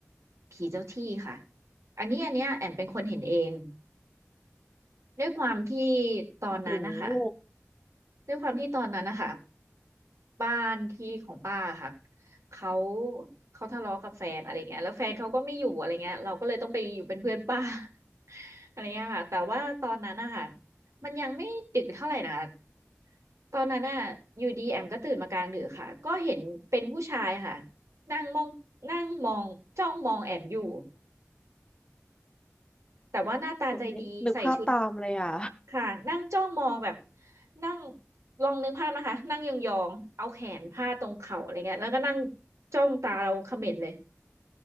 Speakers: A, on the right (about 70°); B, on the left (about 20°).
A: ผีเจ้าที่ค่ะอันนี้อันเนี้ยแอมเป็นคนเห็นเองด้วยความที่ตอนนั้นนะคะ
B: โอ้โห
A: ด้วยความที่ตอนนั้นนะคะ บ้านที่ของป้าค่ะเขาเขาทะเลาะกับแฟนอะไรเงี้ยแล้วแฟนเขาก็ไม่อยู่อะไรเงี้ยเราก็เลยต้องไปอยู่เป็นเพื่อนป้า <laughs> อะไรเงี้ยค่ะแต่ว่าตอนนั้นอะค่ะมันยังไม่ดึกเท่าไหร่นะคะตอนนั้นอะอยู่ดีแอมก็ตื่นมากลางดึกค่ะก็เห็นเป็นผู้ชายค่ะนั่งมองนั่งมองจ้องมองแอมอยู่แต่ว่าหน้าตาใจดีใส่ชุด
B: เออนึกนึกภาพตามเลยอ่ะ
A: ค่ะนั่งจ้องมองแบบนั่งลองนึกภาพนะคะนั่งยองๆเอาแขนพาดตรงเข่าอะไรเงี้ยแล้วก็นั่งจ้องตาเราเขม็งเลย